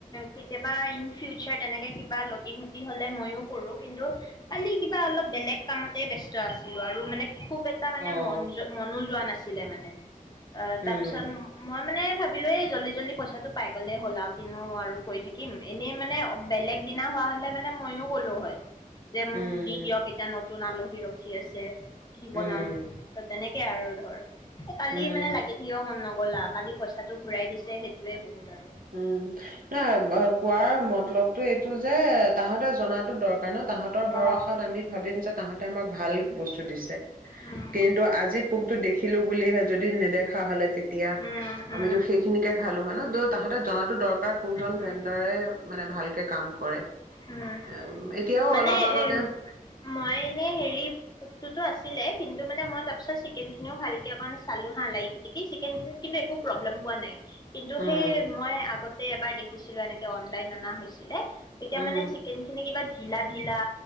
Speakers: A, on the left; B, on the right.
A: কেতিয়া। বা ইন ফিউচাৰ তেনেকে কিবা লতি ঘতি হলে মইও কৰো কিন্তু কালি কিবা অলপ বেলেগ কামতে ব্স্ত আছো আৰু মানে। খুব এটা মানে
B: অ
A: মন মনো যোৱা নাছিল। ছিলে মানে অ
B: উম
A: তাৰপিছত মই মানে ভাবিলো এই জল্দি জল্দি পইচাটো পাই গ'লেই হ'ল আৰু কিনো আৰু কৈ থাকিম এনেই মানে বেলেগ দিনা হোৱা হলে মানে মইয়ও গ'লো হয় যে মোক
B: উম
A: দি দিয়ক এতিয়া নতুন আলু সি ৰখি আছে কি বনাম
B: উম
A: ত তেনেকে এয়া আৰু ধৰ কালি
B: উম
A: মানে লাগি থাকিব মন নগল গ'লা কালি পইচাটো ঘূৰাই দিছে সেইটোয়ে বহুত আৰু।
B: উম ন কোৱাৰ মত মতলৱতো এইটো যে তাহতে জনাতো দৰকাৰ ন তাহাঁতৰ ভৰসাত
A: অ।
B: আমি ভাবিম যে তাহাঁতে আমাক ভাল বস্তু টো দিছে
A: উম
B: কিন্তু আজি পোকতো দেখিলো বুলিহে যদি নেদেখা খোৱা হলে এতিয়া
A: উম উম
B: আমি য সেইখিনিকে খালো হয় ন দুদ তাহাঁতে জনাটো দৰকাৰ তাৰ কোনজন
A: উম
B: যেণ্ডাৰে মানে ভালকে কাম কৰে
A: উম
B: এম, এতিয়াও
A: মানে
B: অলপ আগতে
A: এ মই এনে হেৰি তো আছিলে কিন্তু মে মই তাৰ চিকেন খিনি ভালকে অকন মান চালো হা লাই পিতিকি চিকেন খিনি কিন্তু একো প্ৰবেলেম পোৱা নাই কিন্তু
B: উম
A: সেই মই আগত এবাৰ দেখিছিলো এনেকে অনলাইন অনা হৈছিলে এতিয়া
B: উম
A: মানে চিকেন খিনি কিবা ধিলা ধিলা